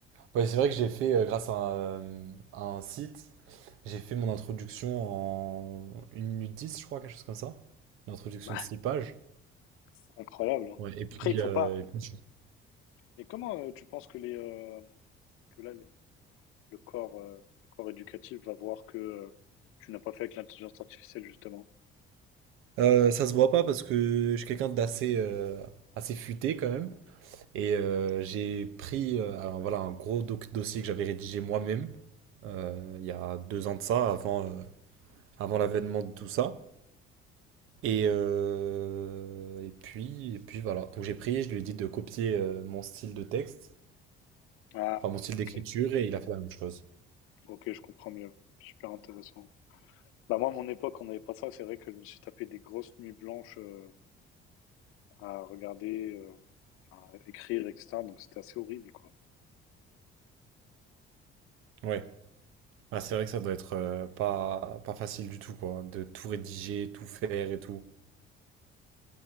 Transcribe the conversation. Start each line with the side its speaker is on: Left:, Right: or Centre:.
Right: Ouais, c'est vrai que j'ai fait, euh, grâce à un, à un site, j'ai fait mon introduction en une minute 10, je crois, quelque chose comme ça. Une introduction
Left: Bah,
Right: de 6
Left: <laughs>
Right: pages.
Left: c'est incroyable. hein.
Right: Ouais, et puis,
Left: Après, il faut
Right: euh,
Left: pas.
Right: et puis
Left: Et comment euh, tu penses que les euh, que là les le corps, euh, le corps éducatif va voir que euh, tu n'as pas fait avec l'intelligence artificielle, justement.
Right: Euh, ça se voit pas parce que je suis quelqu'un d'assez euh, assez futé quand même. Et euh, j'ai pris euh, un- voilà, un gros doc- dossier que j'avais rédigé moi-même euh, il y a deux ans de ça, avant, euh, avant l'avènement de tout ça. Et, euh, et puis, et puis voilà. Donc j'ai pris, je lui ai dit de copier euh, mon style de texte,
Left: Ah,
Right: enfin
Left: voilà,
Right: mon style d'écriture,
Left: ok.
Right: et il a fait la même chose.
Left: Ok, je comprends mieux. Super intéressant. Bah, moi, à mon époque, on n'avait pas ça. C'est vrai que je me suis tapé des grosses nuits blanches euh, à regarder, euh, à écrire, etc. Donc, c'était assez horrible, quoi.
Right: Ouais. Ah, c'est vrai que ça doit être euh, pas, pas facile du tout, quoi, hein, de tout rédiger, tout faire et tout.